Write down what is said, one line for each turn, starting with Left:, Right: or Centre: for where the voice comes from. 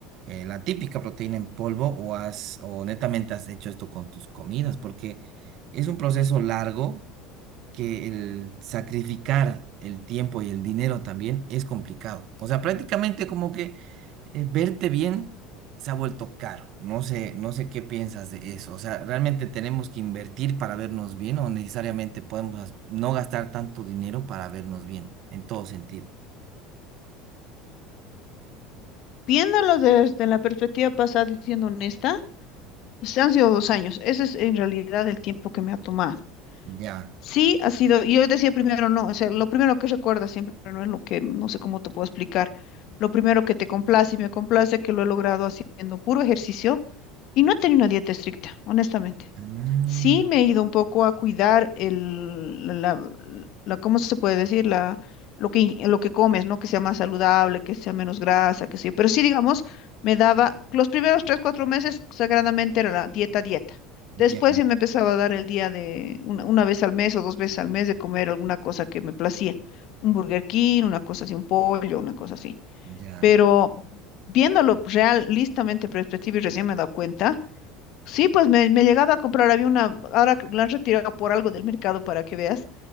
Right: eh, la típica proteína en polvo o has, o netamente has hecho esto con tus comidas, porque es un proceso largo que el sacrificar el tiempo y el dinero también es complicado. O sea, prácticamente como que eh, verte bien se ha vuelto caro. No sé, no sé qué piensas de eso. O sea, ¿realmente tenemos que invertir para vernos bien o necesariamente podemos no gastar tanto dinero para vernos bien en todo sentido?
Left: Viéndolo desde la perspectiva pasada y siendo honesta, pues han sido dos años. Ese es en realidad el tiempo que me ha tomado.
Right: Ya.
Left: Sí, ha sido, y yo decía primero no, o sea, lo primero que recuerdas siempre no es lo que, no sé cómo te puedo explicar, lo primero que te complace y me complace que lo he logrado haciendo puro ejercicio y no he tenido una dieta estricta, honestamente.
Right: Ah,
Left: Sí, me he ido un poco a cuidar el, la, la- ¿cómo se puede decir? La, lo que, in- lo que comes, ¿no? Que sea más saludable, que sea menos grasa, que sea. Pero sí, digamos, me daba, los primeros tres, cuatro meses, sagradamente era la dieta, dieta.
Right: ya,
Left: Después se me empezaba a dar el día de una, una vez al mes o dos veces al mes de comer alguna cosa que me placía. Un Burger King, una cosa así, un pollo, una cosa así.
Right: ya,
Left: Pero viéndolo realistamente en perspectiva y recién me he dado cuenta. Sí, pues me, me llegaba a comprar, había una, ahora que la han retirado por algo del mercado para que veas,